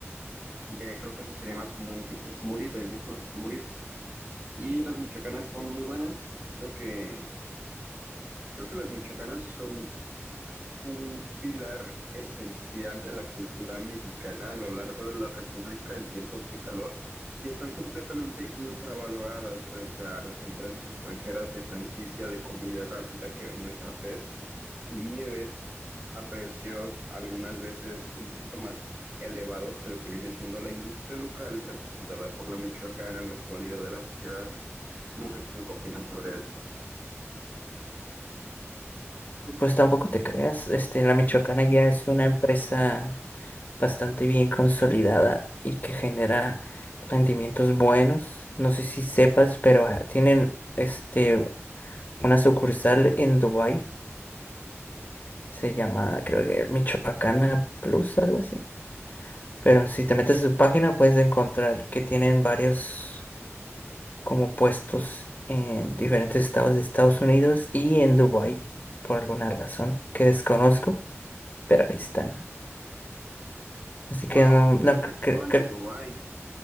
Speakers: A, on the right (about 30°); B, on the left (about 35°).
A: aunque creo que eso sería más como un tipo smoothie, también me gustan los smoothies. Y las michoacanas son muy buenas. Creo que, creo que las michoacanas son un pilar esencial de la cultura mexicana a lo largo de la República en tiempos de calor y están completamente infravaloradas frente a las empresas extranjeras de franquicia de comida rápida que venden frappés y nieves a precios algunas veces un poquito más elevados que lo que viene siendo la industria local representada por la Michoacana en la actualidad de la sociedad. No sé qué es lo que opinas sobre esto.
B: Pues tampoco te creas, este, la Michoacana ya es una empresa bastante bien consolidada y que genera rendimientos buenos. No sé si sepas, pero ah, tienen este una sucursal en Dubái, se llama creo que Michoacana Plus, algo así. Pero si te metes a su página puedes encontrar que tienen varios como puestos en diferentes estados de Estados Unidos y en Dubái, por alguna razón que desconozco, pero ahí están. Así
A: Wow,
B: que no,
A: no
B: no
A: sabía
B: cre-
A: que estaban
B: cre- cre-
A: en Dubái.